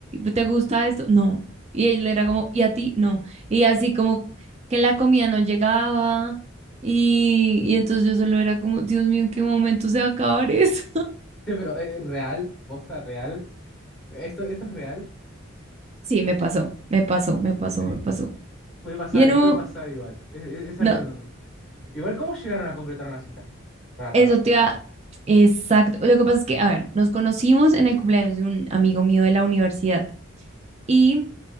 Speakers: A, on the right (about 30°); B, in the centre.
A: ¿Te gusta esto? No. Y él era como, ¿y a ti? No. Y así como que la comida no llegaba. Y, y entonces yo solo era como, Dios mío, ¿en qué momento se va a acabar eso?
B: <laughs> Che, pero eh, es real, posta real. Esto, esto es real.
A: Sí, me pasó, me pasó, me pasó,
B: Qué triste.
A: me pasó.
B: Puede pasar,
A: Y en un,
B: puede pasar igual. Es, es- es algo
A: no,
B: enorme. Igual, ¿cómo llegaron a concretar una cita? Para aclarar.
A: eso te da, exacto. Lo que pasa es que, a ver, nos conocimos en el cumpleaños de un amigo mío de la universidad y